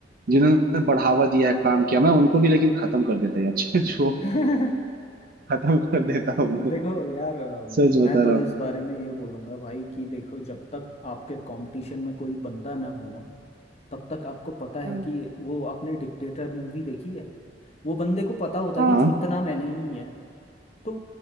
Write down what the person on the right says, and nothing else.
जिन्होंने बढ़ावा दिया है काम किया मैं उनको भी लेकिन खत्म कर देता यार <laughs> जो
खत्म कर देता हूँ
सच
बता
रहा
हूँ
हाँ